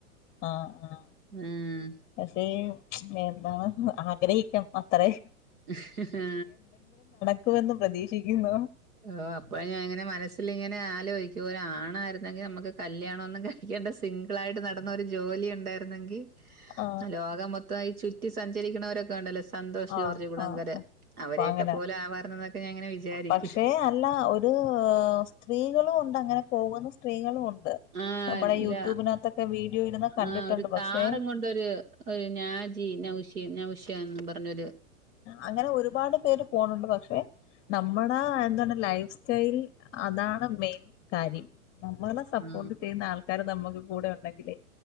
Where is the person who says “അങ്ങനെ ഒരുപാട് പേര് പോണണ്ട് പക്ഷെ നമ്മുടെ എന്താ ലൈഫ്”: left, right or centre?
Left